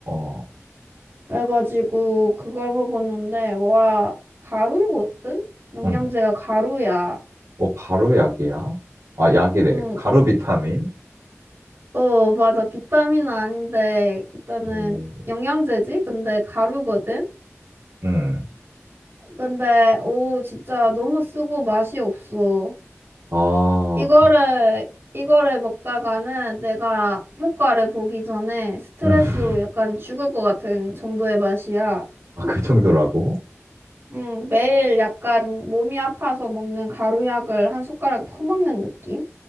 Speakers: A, on the right (about 80°); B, on the right (about 45°).
A: 어.
B: 그래가지고 그걸 먹었는데, 와, 가루거든? 영양제가
A: 응
B: 가루야.
A: 어, 가루 약이야? 아, 약이래.
B: 응,
A: 가루 비타민?
B: 어, 맞아. 비타민은 아닌데, 일단은
A: 음,
B: 영양제지? 근데 가루거든?
A: 음.
B: 근데 오 진짜 너무 쓰고 맛이 없어.
A: 아,
B: 이거를
A: 그,
B: 이거를 먹다가는 내가 효과를 보기 전에 스트레스로
A: 음.
B: 약간 죽을 것 같은 정도의 맛이야.
A: <laughs> 아, 그 정도라고?
B: 음, 매일 약간 몸이 아파서 먹는 가루약을 한 숟가락 퍼먹는 느낌?